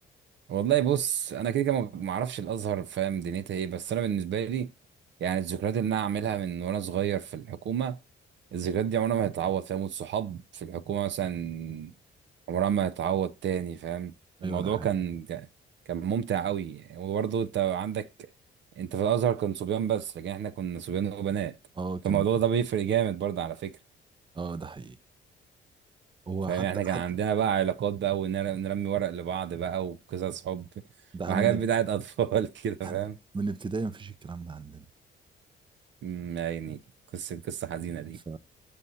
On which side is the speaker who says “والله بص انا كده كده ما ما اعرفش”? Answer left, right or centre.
Right